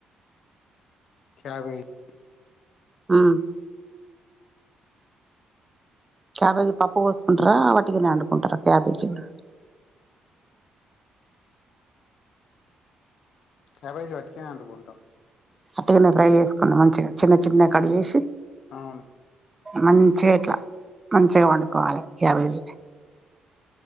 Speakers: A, on the left (about 70°); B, on the right (about 20°).
A: క్యాబేజ్
B: హ్మ్ క్యాబేజీ పప్పు పోసుకుంటారా వాటిగానే వండుకుంటారా క్యాబేజీ కూడా
A: క్యాబేజీ వట్టిగానే వండుకుంటాం
B: అట్టుగానే ఫ్రై చేసుకుం మంచిగా చిన్న చిన్న
A: ఉమ్
B: కడి వేసి
A: అవును
B: మంచిగా ఇట్లా మంచిగా వండుకోవాలి యాబైజ